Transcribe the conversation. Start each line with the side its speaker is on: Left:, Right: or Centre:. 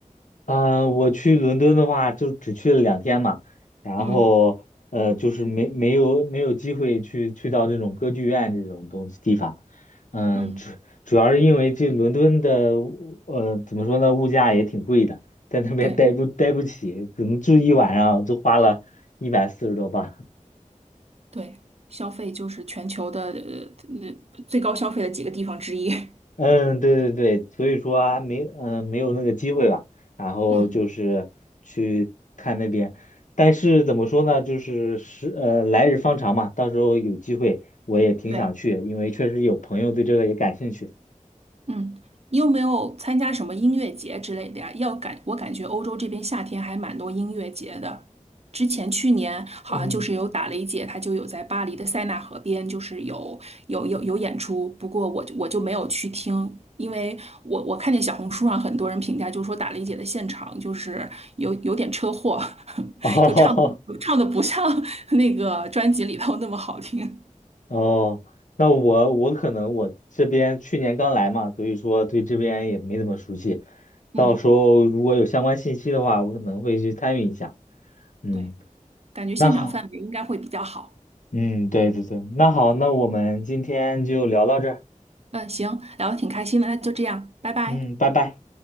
Left: 嗯，呃我去伦敦的话，就只去了两天嘛，然后呃，
Right: 嗯
Left: 就是没没有没有机会去去到这种歌剧院这种东西地方，嗯，
Right: 嗯，
Left: 主主要是因为这伦敦的物呃怎么说呢，物价也挺贵的，在那边待不待不起，
Right: 对
Left: 可能住一晚上就花了一百四十多镑。
Right: 对，消费就是全球的呃呃最高消费的几个地方之一。<laughs>
Left: 嗯，对对对，所以说还没嗯没有那个机会吧，然后就是去看那边，
Right: 嗯，
Left: 但是怎么说呢，就是是呃来日方长嘛，到时候有机会我也挺想去，
Right: 对，
Left: 因为确实有朋友对这个也感兴趣。
Right: 嗯，你有没有参加什么音乐节之类的呀？要感，我感觉欧洲这边夏天还蛮多音乐节的。之前去年好像就是有打雷姐，
Left: 嗯，
Right: 她就有在巴黎的塞纳河边，就是有有有有演出。不过我就我就没有去听，因为我我看见小红书上很多人评价，就说打雷姐的现场就是有有点车祸，<laughs>
Left: <laughs> 哦
Right: 就唱的唱的不像 <laughs> 那个专辑里头那么好听。
Left: 哦，那我我可能我这边去年刚来嘛，所以说对这边也没怎么熟悉，
Right: 嗯，
Left: 到时候如果有相关信息的话，我可能会去参与一下。嗯，
Right: 对，感觉现场氛围应该会比较好。
Left: 那好。嗯，对对对，那好，那我们今天就聊到这儿
Right: 嗯，行，聊的挺开心的，那就这样，拜拜。
Left: 嗯，拜拜。